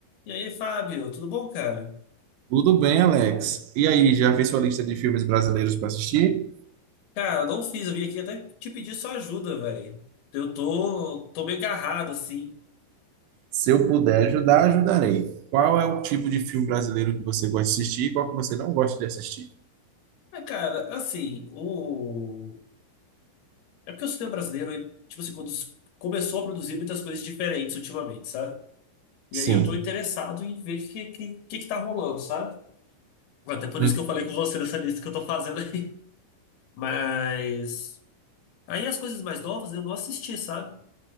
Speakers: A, on the left; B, on the right.
A: E aí, Fábio, tudo bom, cara?
B: Tudo bem, Alex. E aí, já fez sua lista de filmes brasileiros para assistir?
A: Cara, não fiz, eu vim aqui até te pedir sua ajuda, velho. Eu tô, tô meio agarrado, assim.
B: Se eu puder ajudar, ajudarei. Qual é o tipo de filme brasileiro que você gosta de assistir e qual que você não gosta de assistir?
A: Mas, cara, assim, o... É porque o cinema brasileiro, ele, tipo assim, quando começou a produzir muitas coisas diferentes ultimamente, sabe? E
B: Sim,
A: aí eu tô interessado em ver o que, que, que que tá rolando, sabe? Até por
B: en-
A: isso que eu falei com você nessa lista que eu tô fazendo aí. <laughs> Mas... Aí as coisas mais novas eu não assisti, sabe?